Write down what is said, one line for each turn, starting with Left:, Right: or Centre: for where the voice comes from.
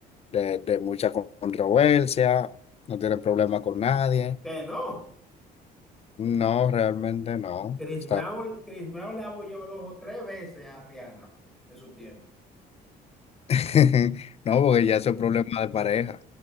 Left: de, de mucha controversia, no tiene problema con nadie.
Centre: Que no.
Left: No, realmente no.
Centre: Chris
Left: Está-
Centre: Brown, Chris Brown le abolló el ojo tres veces a Rihanna en su tiempo.
Left: <laughs> No, porque ya eso es problema de pareja.